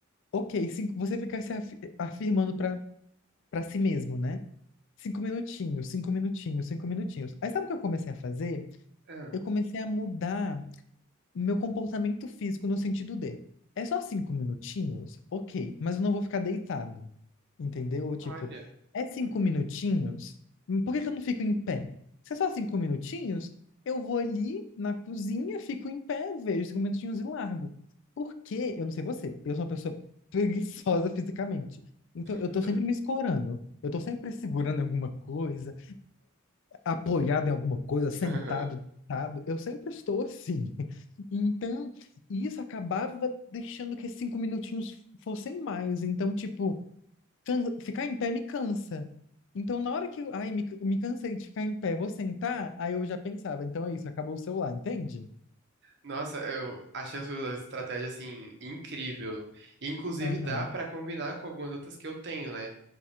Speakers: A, on the left; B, on the right.
A: ok, cinco, você fica se afi- afirmando para para si mesmo, né? Cinco minutinhos, cinco minutinhos, cinco minutinhos. Aí sabe o que eu comecei a fazer?
B: Ah,
A: eu comecei a mudar o meu comportamento físico no sentido de, é só cinco minutinhos? Ok, mas eu não vou ficar deitado, entendeu? Tipo,
B: olha.
A: é cinco
B: Uhum,
A: minutinhos? Por que que eu não fico em pé? Se é só cinco minutinhos, eu vou ali na cozinha, fico em pé, vejo cinco minutinhos e largo. Porque, eu não sei você, eu sou uma pessoa <laughs> preguiçosa fisicamente. Então, eu
B: eu
A: tô
B: também.
A: sempre me escorando. Eu tô sempre segurando alguma coisa apoiado em alguma coisa, sentado,
B: <laughs>
A: deitado, eu sempre estou assim. <laughs> Então, isso acabava deixando que esses cinco minutinhos fossem mais. Então, tipo, can- ficar em pé me cansa. Então, na hora que, eu- ai, me, me cansei de ficar em pé, vou sentar, aí eu já pensava, então é isso, acabou o celular, entende?
B: Nossa, eu achei a sua estratégia assim incrível. E, inclusive
A: Aham.
B: dá pra combinar com algumas outras que eu tenho, né?